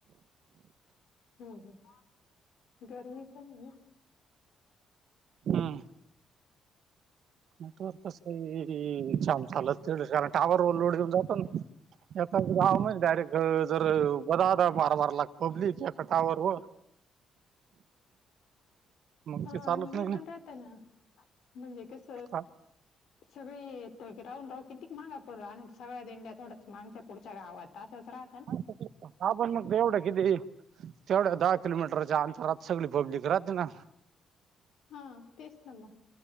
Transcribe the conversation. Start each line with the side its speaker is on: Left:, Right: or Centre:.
Left: हम्म ह्म गर्मी पण ये ना-
Right: हम नेटवर्क कसही छान चालत ते कारण टावर वर लोड येऊन जातो न याता गाव नाही डायरेक्ट जर बदाादा मार मारलाग पब्लिक या कटावरवर मग
Left: हा
Right: ते चालत
Left: आणि
Right: नाही
Left: हे पण राहत ना. म्हणजे कस
Right: ना
Left: सगळे येती राऊंड राऊ कितीक मागा पडला आणि सगळ्या दिंड्या थोड्याच मागच्या पुढच्या गावात तासच राह
Right: <unintelligible> हा पण मग तेवढ्या किती तेवढ्या दहा किलोमीटरच्या अंतरात सगळी पब्लिक राहती ना
Left: हा तेच ना मग